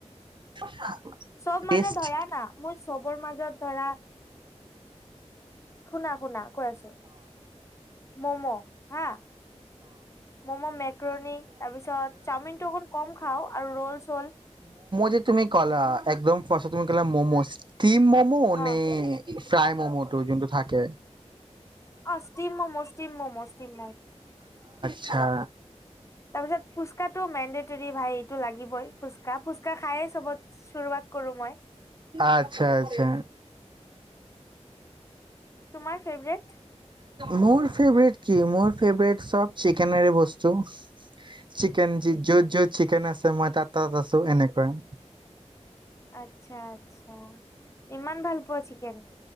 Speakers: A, on the right; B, on the left.
A: <unintelligible>
B: চব মানে
A: টেষ্ট
B: ধৰা না মোৰ চবৰ মাজত ধৰা শুনা শুনা কৈ আছো মম' হা মম' মেক্ৰণী তাৰপিছত চাওমিনটো অ কম খাওঁ আৰু ৰ'ল চল
A: যে তুমি কলা একদম ফচত তুমি কলা ম'ম'
B: হা
A: ষ্টিম ম'মো নে
B: অ
A: ফ্ৰাই ম'মো টো যোনটো থাকে
B: অঁ ষ্টিম ম মোচ অঁ ষ্টিম ম মোচ তিম
A: ছা
B: তাৰপিছত ফুচকাত টো মেডেটৰী ভাই লাগিবই ফুচকা ফুচকা খায়ে চবত চুৰুৱাত কৰো মই
A: আচ্ছা আচ্ছা
B: তোমাৰ ফেভৰেট
A: মোৰ ফেবেৰেট কি মোৰ ফেভট চব চিকেন বস্তু চিকেন য'ত য'ত চিকেন আছে মই তাতত আছো এনেকুৱাই
B: আচ্ছা আচ্ছা ইমান ভাল পোৱা চিকেন